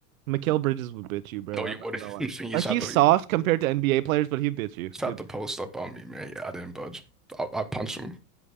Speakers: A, on the right; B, in the centre.
A: Mikael Bridges would bitch you, bro.
B: No, you
A: I'm
B: wouldn't.
A: not gonna lie.
B: <laughs> You
A: Like
B: shot
A: he's
B: the you
A: soft compared to NBA players, but he'd bitch you.
B: shot
A: He'd
B: the
A: bitch
B: post
A: you.
B: up on me, man. Yeah, I didn't budge. I, I punched him.